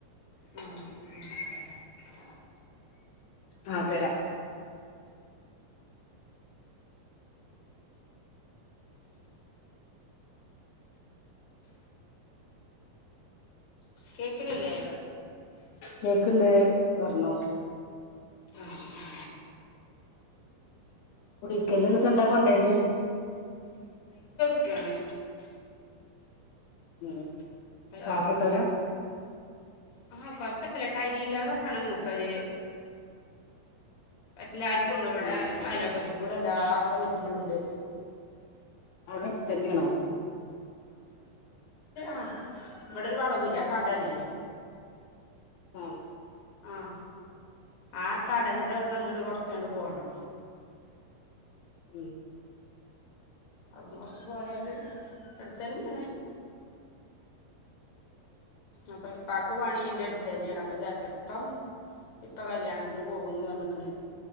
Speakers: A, on the left (about 50°); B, on the left (about 75°).
A: ഉം ഉ <unintelligible>
B: ആ തരാ
A: കേക്കിനില്ലേ
B: കേൾക്ക്ണ്ട് പറഞ്ഞോ
A: ആ ആ
B: കുടിയിരിക്കലിന് ന്ന് കണ്ട കൊണ്ടോയത്
A: ക്കാണ്
B: ഉം <unintelligible> പാവപ്പെട്ടോല
A: ആഹ ആഹ കുഴപ്പമില്ല ടൈലർ ആണ് മൂപ്പർ എല്ലാവർക്കും ഉണ്ട് ഇവിടെ
B: ഉം.
A: അയലോക്കത്ത് ഇവിടെ എല്ലാ വീട്ടിലും ഉണ്ട്
B: അവിടെ അടുത്ത് തന്നെയാണോ
A: ആഹ് ഇവിടെരു വളവില്ലേ ആ കടല്ലേ
B: ആഹ
A: ആഹ ആ കടന്റെ അവിടുന്ന് അങ്ങട്ട് കൊറച്ചണ്ട് പോണം
B: ഉം
A: അവിടുന്ന് കുറച്ച് പോയാൽ അടുത്ത് തന്നെയാണ് അപ്പൊ ഇപ്പാക്ക് പണി അയിന്റെ അടുത്ത് തന്നെയാണ് അപ്പൊ ചിലപ്പം ഇപ്പൊ കല്യാണത്തിന് പോകുമെന്ന് പറഞ്ക്ക്ണ്